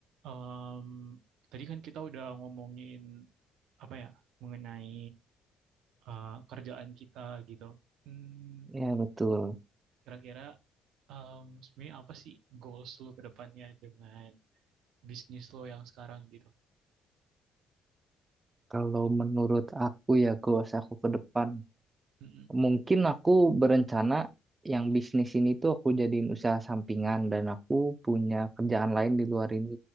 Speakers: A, on the right; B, on the right.
A: Em, tadi kan kita udah ngomongin apa ya mengenai eh, kerjaan kita gitu. Hmm,
B: Ya betul.
A: kira-kira em, sebenarnya apa sih goals lo ke depannya dengan bisnis lo yang sekarang gitu?
B: Kalau menurut aku ya goals aku ke depan,
A: Mm-mm,
B: mungkin aku berencana yang bisnis ini tuh aku jadiin usaha sampingan dan aku punya kerjaan lain di luar ini.